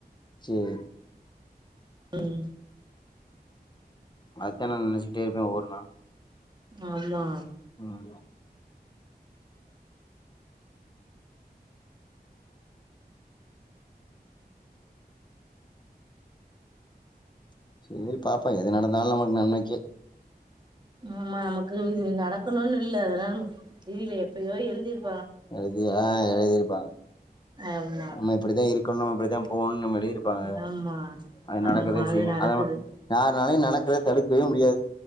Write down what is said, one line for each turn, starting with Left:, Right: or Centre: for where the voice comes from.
Left: சேரி
Right: உம்
Left: அதத்தா நா நெனச்சுக்ட்டே இருப்பே ஒவ்வொரு நாளு
Right: ஆமா
Left: உம் சேரி பாப்போ எது நடந்தாலு நமக்கு நன்மைக்கே
Right: ஆமா எனக்கு இது நடக்கணுனு இல்ல எதாவ்து உயிலு எப்பயோ எழுதிற்
Left: எழுதி ஆஹ் எழுதிருப்பாங்க
Right: ஆமா
Left: நம்ம இப்டித்தா இருக்கணு இப்டித்தா போகணுன் நம்ம எழுதிருப்பாங்க
Right: ஆமா
Left: அது நடக்கதா
Right: ஆமா அது
Left: செய்யு
Right: நடக்குது
Left: அதலா யார்நாளு நடக் றத தடுக்கவே முடியாது